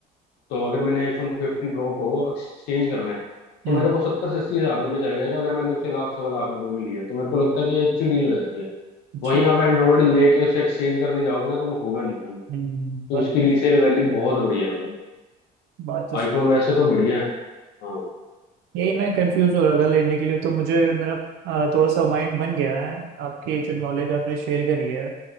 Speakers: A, on the left; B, on the right.
A: तो अगर मैंने आईफोन फिफ्टीन प्रो को एक्सचेंज करना है तो
B: हम्म
A: मेरा वो सत्तर से अस्सी हजार रुपये में चला जाएगा अगर मैंने उसे लाख सवा लाख रुपए में लिया है। तो मेरे को लगता है कि अच्छी डील हो जाती है
B: अच्छा
A: वहीं आप एंड्रॉयड लेके उसे एक्सचेंज करने जाओगे ना तो वो होगा नहीं भाई
B: हम्म
A: तो
B: बात
A: इसकी रीसेल वैल्यू बहुत बढ़िया है भाई
B: बात तो
A: आईफोन
B: स-
A: वैसे तो बढ़िया है हाँ
B: यही मैं कंफ्यूज हो रहा था लेने के लिए तो मुझे मेरा अ, थोड़ा सा माइंड बन गया है आपकी जो नॉलेज आपने शेयर करी है